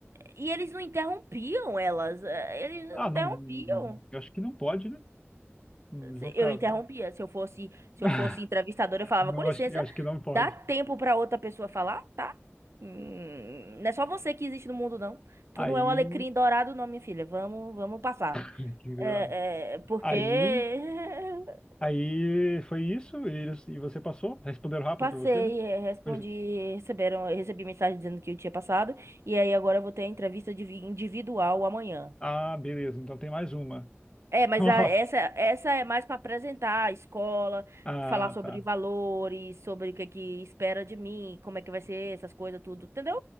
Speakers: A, on the right (about 75°); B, on the left (about 20°).
A: E eles não interrompiam elas, eh, eles
B: Ah,
A: não interrompiam.
B: não. Eu acho que não pode, né? Eles
A: Se-
B: vão ficar.
A: Eu interrompia. Se eu fosse, se
B: <laughs>
A: eu fosse entrevistadora, eu falava,
B: Não,
A: com licença,
B: acho que, acho que não pode.
A: dá tempo para outra pessoa falar, tá? Hum, não é só você que existe no mundo, não. Tu
B: Aí.
A: não é o alecrim dourado, não, minha filha. Vamos, vamos passar.
B: Fiquei ignorado.
A: É, é, porque
B: Aí,
A: <laughs>
B: aí foi isso e, eles- e você passou? Responderam rápido
A: passei,
B: pra você, né?
A: eh, respondi,
B: Pois-
A: receberam, recebi mensagem dizendo que eu tinha passado, e aí agora eu vou ter a entrevista de- individual amanhã.
B: ah, beleza. Então tem mais uma.
A: É, mas
B: <laughs> Nossa.
A: a- essa, essa é mais para apresentar a escola,
B: Ah,
A: falar sobre
B: tá.
A: valores, sobre o que é que espera de mim, como é que vai ser essas coisas, tudo, entendeu?